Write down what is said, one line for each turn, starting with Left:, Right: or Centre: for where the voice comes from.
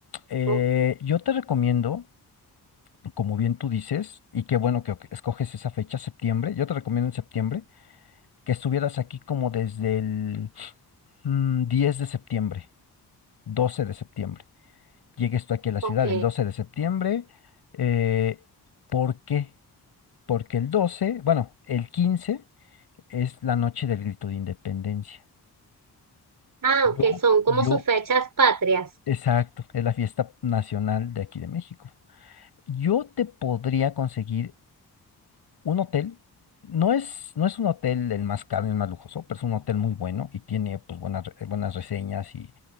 Left: eh,
Right: Ok,
Left: yo te recomiendo, como bien tú dices, y qué bueno que escoges esa fecha, septiembre, yo te recomiendo en septiembre que estuvieras aquí como desde el mm, 10 de septiembre, 12 de septiembre llegues tú aquí a la ciudad
Right: ok.
Left: el 12 de septiembre. eh, ¿por qué? Porque el 12, bueno, el 15 es la noche del grito de independencia.
Right: Ah, ok,
Left: Yo,
Right: son como
Left: yo,
Right: sus fechas patrias.
Left: exacto, es la fiesta nacional de aquí de México. Yo te podría conseguir un hotel. No es, no es un hotel el más caro, el más lujoso, pero es un hotel muy bueno y tiene pues buenas, re- buenas reseñas y,